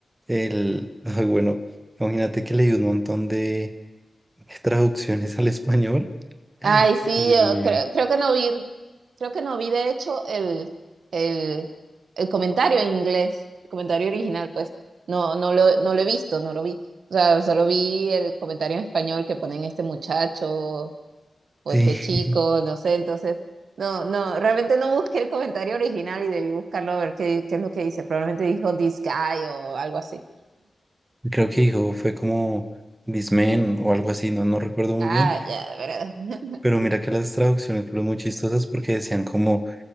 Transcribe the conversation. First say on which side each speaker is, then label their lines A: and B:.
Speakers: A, on the right (about 15°); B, on the right (about 90°).
A: el, <laughs> ay, bueno, imagínate que leí un montón de traducciones al español,
B: Ay, sí,
A: Dios
B: yo
A: mío,
B: creo, creo que no vi Creo que no vi, de hecho, el, el, el comentario en inglés, el comentario original, pues no, no lo, no lo he visto, no lo vi. O sea, solo vi el comentario en español que ponen este muchacho o
A: sí,
B: este chico,
A: <laughs>
B: no sé, entonces, no, no, realmente no busqué el comentario original y debí buscarlo a ver qué, qué es lo que dice. Probablemente dijo this guy o algo así.
A: creo que dijo, fue como Dismen o algo así, no, no recuerdo muy
B: Ah,
A: bien,
B: ya, ¿verdad? <laughs>
A: pero mira que las traducciones fueron muy chistosas porque decían como